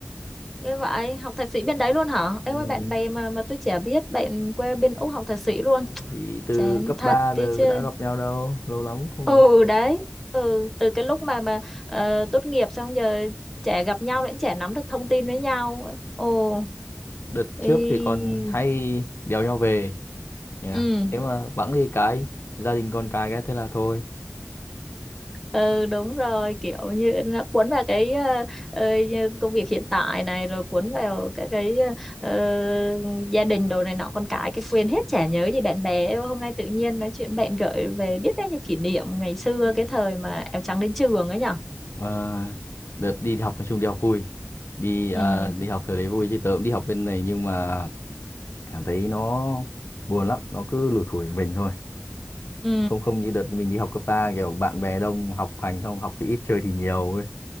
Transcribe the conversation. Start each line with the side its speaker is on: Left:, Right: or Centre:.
Centre: như vậy, học thạc sĩ bên đấy luôn hả? Em
Left: Ừ.
Centre: ơi bạn bè mà mà tôi chả biết bạn quê bên Úc học thạc sĩ luôn.
Left: Ờ, Vì từ
Centre: Chán
Left: cấp
Centre: thật
Left: 3
Centre: đi
Left: giờ
Centre: chứ.
Left: đã gặp nhau đâu, lâu lắm không
Centre: Ừ
Left: nói.
Centre: đấy. Ừ, từ cái lúc mà mà ờ, tốt nghiệp xong giờ chả gặp nhau nữa, chả nắm được thông tin với nhau. Ồ,
Left: Đợt
Centre: ý.
Left: trước thì còn hay đèo nhau về yeah.
Centre: Ừ.
Left: Thế mà bẵng đi cái gia đình con cái cái thế là thôi.
Centre: ừ đúng rồi kiểu như nó cuốn vào cái ờ, ờ, như công việc hiện tại này rồi cuốn vào các cái ờ, gia đình đồ này nọ con cái cái quên hết chả nhớ gì bạn bè Ê, hôm nay tự nhiên nói chuyện bạn gợi về biết đấy như kỷ niệm ngày xưa
Left: Ừ.
Centre: cái thời mà áo trắng đến trường ấy nhở
Left: Ờ, đợt đi học nói chung đi học vui. Đi à,
Centre: ừ
Left: đi học thời đấy vui chứ tớ cũng đi học bên này nhưng mà em thấy nó buồn lắm nó cứ lủi thủi mình thôi
Centre: ừ
Left: không không như đợt mình đi học cấp ba kiểu bạn bè đông học hành không học thì ít chơi thì nhiều ấy